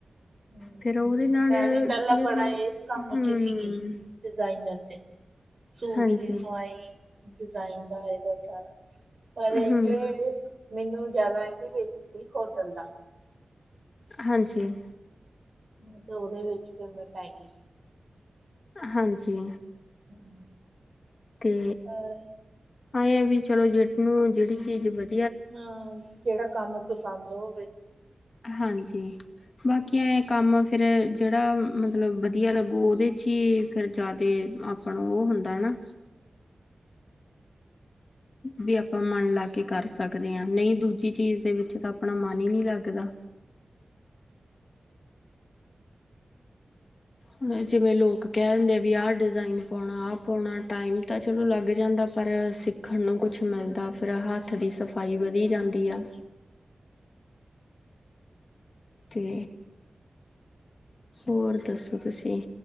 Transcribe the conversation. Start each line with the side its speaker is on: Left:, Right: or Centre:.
Right: ਹੂੰ
Left: ਫਿਰ ਉਹਦੇ ਨਾਲ
Right: ਮੈਂ ਵੀ ਪਹਿਲਾਂ
Left: ਕੀ ਹੈ
Right: ਬੜਾ
Left: ਵੀ,
Right: ਇਸ ਕੰਮ
Left: ਹੂੰ
Right: ਚ ਸੀਗੀ ਡਿਜ਼ਾਇਨਰ ਚ, ਸੂਟ
Left: ਹਾਂਜੀ
Right: ਦੀ ਸਵਾਈ। ਡਿਜ਼ਾਇਨ ਦਾ ਇਹਦਾ ਸਾਰਾ, ਪਰ ਇੱਕ
Left: ਹਮ
Right: ਮੈਨੂੰ ਜ਼ਿਆਦਾ ਇਹਦੇ ਵਿੱਚ ਸੀ ਹੋਟਲ ਦਾ
Left: ਹਾਂਜੀ
Right: ਹੂੰ ਤੇ ਉਹਦੇ ਵਿੱਚ ਫੇਰ ਮੈਂ ਪੈ ਗਈ।
Left: ਹਾਂਜੀ।
Right: ਹਮ,
Left: ਤੇ
Right: ਅਹ
Left: ਅਂ ਵੀ ਚਲੋ ਜਹਨੂੰ ਜਹੜੀ ਚੀਜ਼ ਬਦ
Right: ਹਾਂ ਕਿਹੜਾ ਕੰਮ ਪਸੰਦ ਹੋਵੇ।
Left: ਹਾਂਜੀ। ਬਾਕੀ ਕੰਮ ਫਿਰ ਜਿਹੜਾ ਮਤਲਬ ਵਧੀਆ ਲੱਗੂ ਉਹਦੇ 'ਚ ਹੀ ਫਿਰ ਜ਼ਿਆਦਾ ਆਪ ਆਪਣਾ ਉਹ ਹੁੰਦਾ ਨਾ। ਵੀ ਆਪਾਂ ਮਨ ਲਾ ਕੇ ਕਰ ਸਕਦੇ ਹਾਂ ਨਹੀਂ ਦੂਜੀ ਚੀਜ਼ ਦੇ ਵਿੱਚ ਤਾਂ ਆਪਣਾ ਮਨ ਹੀ ਨਹੀਂ ਲੱਗਦਾ। ਹੁਣ ਜਿਵੇਂ ਲੋਕ ਕਹਿ ਦਿੰਦੇ ਆ ਵੀ ਆਹ ਡਿਜ਼ਾਇਨ ਪਾਉਣਾ ਆਹ ਪਾਉਣਾ ਟਾਈਮ ਤਾਂ ਚਲੋ ਲੱਗ ਜਾਂਦਾ ਪਰ ਸਿੱ ਖਣ ਨੂੰ ਕੁਛ ਮਿਲਦਾ ਫਿਰ ਹੱਥ ਦੀ ਸਫਾਈ ਵਧੀ ਜਾਂਦੀ ਆ। ਤੇ ਹੋਰ ਦੱਸੋ ਤੁਸੀਂ?